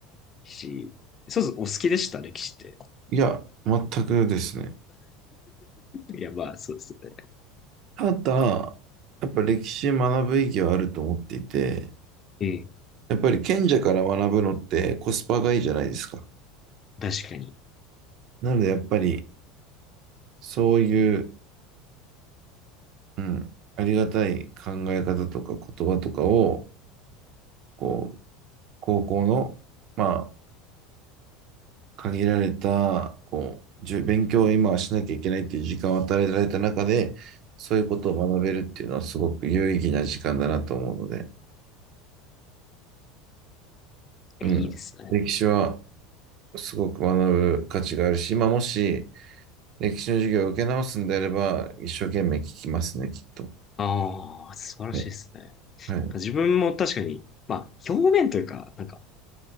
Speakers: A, on the left; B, on the right.
A: し。そうそう、お好きでした歴史って。
B: いや、全くですね。
A: いや、まあ、そうですよね。
B: ただ、やっぱ歴史学ぶ意義はあると思っていて、
A: うん。
B: やっぱり賢者から学ぶのってコスパがいいじゃないですか。
A: 確かに。
B: なのでやっぱりそういう、うん、ありがたい考え方とか言葉とかを、こう、高校の、まあ、限られた、こう、じゅ勉強を今はしなきゃいけないっていう時間を与えられた中で、そういうことを学べるっていうのはすごく有意義な時間だなと思うので、
A: え、
B: うん、
A: いいですね。
B: 歴史はすごく学ぶ価値があるし、まあ、もし、歴史の授業を受け直すんであれば、一生懸命聞きますね、きっと。
A: ああ、素晴らしいですね。
B: はい。はい。
A: 自分も確かに、まあ、表面というか、なんか、